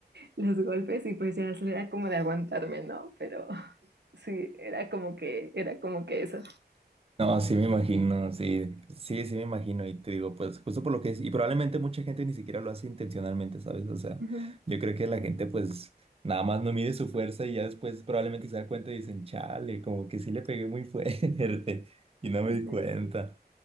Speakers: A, on the right (about 80°); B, on the right (about 35°).
A: los golpes y pues ya era como de aguantarme, ¿no? Pero <laughs> sí, era como que, era como que eso.
B: No, sí me imagino, sí, sí, sí me imagino y te digo, pues justo por lo que es, y probablemente mucha gente ni siquiera lo hace intencionalmente, ¿sabes? O sea,
A: Ujú.
B: yo creo que la gente pues nada más no mide su fuerza y ya después probablemente se da cuenta y dicen, chale, como que sí le pegué muy fuerte <laughs> y no me
A: Sí,
B: di cuenta,